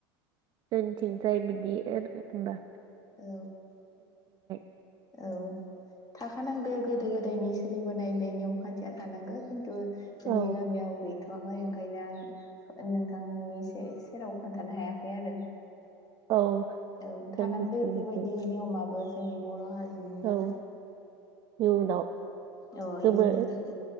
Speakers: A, on the right (about 40°); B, on the left (about 30°).
A: जोंथि जाय बिदि होनोमबा
B: औ
A: <unintelligible>
B: औ थाखानांगौ गोदो गोदायनि सोलिबोनाय बे नियम खान्थिया थानांगौ खिन जोंनि
A: औ
B: गामियाव गैथ' माबाय ओंखायनो आं नोंथांनि से-सेराव खोन्थानो हायाखै आरो
A: औ
B: औ थानांदो
A: जोंनिथिं
B: इफोरबायदि
A: बिदि
B: नियमाबो जों बर'आ हारिनि
A: औ
B: नालाय
A: इयुनाव
B: अ
A: गोमो
B: इयुननि थाखाय